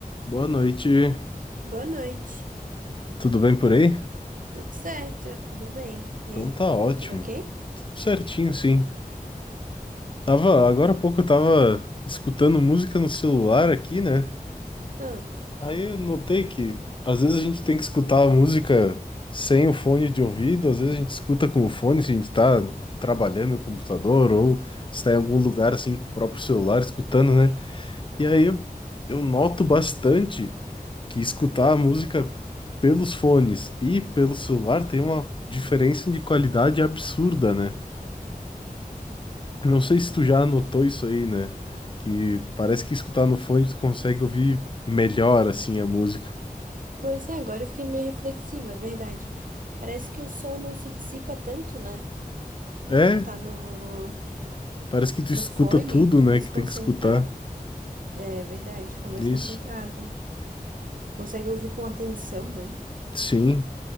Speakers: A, on the left; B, on the right.
A: Boa noite,
B: Boa noite.
A: tudo bem por aí?
B: Tudo certo? Tudo bem? E
A: Então
B: aí?
A: tá ótimo,
B: Tudo ok?
A: tudo certinho sim. Tava, agora há pouco eu tava escutando música no celular aqui, né?
B: Ah,
A: Aí eu notei que às vezes a gente tem que escutar a música sem o fone de ouvido, às vezes a gente escuta com o fone se a gente tá trabalhando no computador ou está em algum lugar assim com o próprio celular escutando, né? E aí eu, eu noto bastante que escutar a música pelos fones e pelo celular tem uma diferença de qualidade absurda, né? Não sei se tu já notou isso aí, né? Que parece que escutar no fone tu consegue ouvir melhor assim a música.
B: pois é, agora eu fiquei meio reflexiva, é verdade. Parece que o som não se dissipa tanto, né? Quando
A: É,
B: tá no,
A: parece que tu
B: no
A: escuta
B: fone,
A: tudo,
B: fica
A: né,
B: mais
A: que
B: concentrado.
A: tem que escutar.
B: É verdade, fica mais
A: Isso.
B: concentrado. Consegue ouvir com atenção, né?
A: Sim.